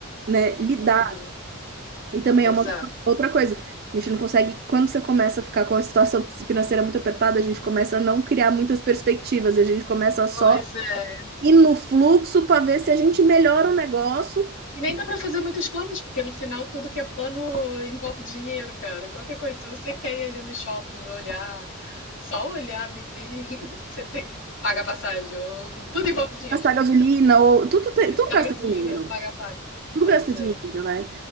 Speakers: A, on the right; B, on the left.
A: né, lidar.
B: Uhum,
A: E também
B: exato.
A: é uma outra coisa. A gente não consegue, quando você começa a ficar com a situação financeira muito apertada, a gente começa a não criar muitas perspectivas, a gente começa só
B: Pois é.
A: ir no fluxo para ver se a gente melhora o negócio,
B: E nem dá pra fazer muitos planos, porque no final tudo que é plano envolve dinheiro, cara. Qualquer coisa, se você quer ir ali no shopping olhar, só olhar a vitrine, <laughs> você tem que pagar passagem, ou tudo envolve dinheiro.
A: gastar gasolina ou tudo, tem-
B: <laughs>
A: tudo
B: Paga
A: gasta
B: gasolina,
A: dinheiro.
B: paga parque.
A: tudo
B: Pois
A: gasta dinheiro,
B: é.
A: né?